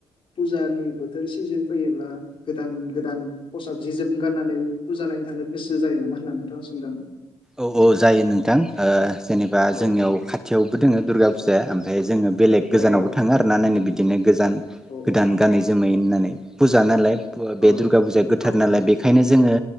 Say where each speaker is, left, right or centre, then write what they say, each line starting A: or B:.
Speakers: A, on the left; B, in the centre.
A: फुजानि बोथोर सिजोन फैयोब्ला गोदान गोदान खसाब जि जोम गारनानै फुजा नायनानै थांनो गोसो जायो नामा होनना नोंथांनाव सोंदां।
B: औ औ जायो नोंथां ओ जेनेबा
A: औ
B: जोंनियाव खाथियावबो दोङो दुर्गा फुजाया ओमफ्राय जोङो बेलेग गोजानावबो
A: औ औ
B: थाङो आरोना नायनो बि दिनो गोजान
A: औ
B: गोदान
A: औ
B: गानै जोमै होननानै फुजा नालाय फुवा बे
A: औ नोंथां
B: दुर्गा फुजाया गोथार
A: औ औ
B: नालाय बेखायनो जोङो